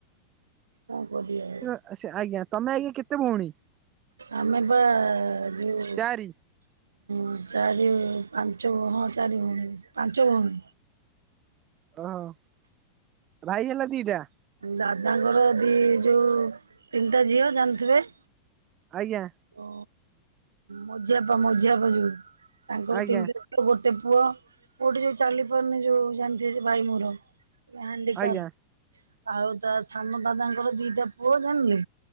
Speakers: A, on the right; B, on the right.
A: କଣ କରିବା ଆଉ।
B: ଆଚ୍ଛା ଆଜ୍ଞା ତମେ ଆଜ୍ଞା କେତେ ଭଉଣୀ?
A: ଆମେ ବା ଯୋଉ
B: ଚାରି
A: ଓ ଚାରି ପାଞ୍ଚ ହଁ ଚାରି ଭଉଣୀ ପାଞ୍ଚ ଭଉଣୀ।
B: ଓହୋ ଭାଇ ହେଲା ଦିଟା।
A: ଦାଦାଙ୍କର ଦି ଯୋଉ ତିନିଟା ଝିଅ ଜାଣିଥିବେ।
B: ଆଜ୍ଞା।
A: ଓ ମଝିଆପା ମଝିଆପା ଯୋଉ ତାଙ୍କର
B: ଆଜ୍ଞା
A: ତିନିଟା ଗୋଟେ ପୁଅ ପୁଅଟି ଯୋଉ ଚାଲି ପାରୁନି ଯୋଉ ଜାଣିଥିବେ ସେ ଭାଇ ମୋର ଇଏ ହ୍ୟାଣ୍ଡିକାପ୍ଟ
B: ଆଜ୍ଞା।
A: ଆଉ ତା ସାନ ଦାଦାଙ୍କର ଦିଟା ପୁଅ ଜାଣିଲେ।